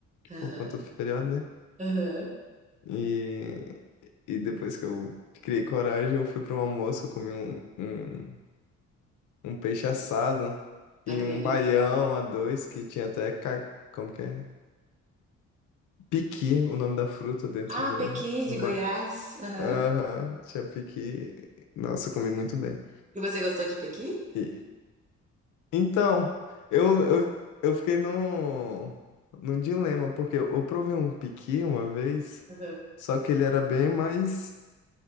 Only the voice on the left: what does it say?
por conta do feriado, né?
E, e depois que eu criei coragem, eu fui para um almoço, eu comi um, um, um peixe assado e
um
baião a dois, que tinha até, ca- como que é? Piqui, o nome da fruta dentro
do,
do,
ba-
Aham, Chapequi. Nossa, eu comi muito bem.
E- então, eu, eu, eu fiquei num, num dilema, porque eu provei um piqui uma vez,
só que ele era bem mais,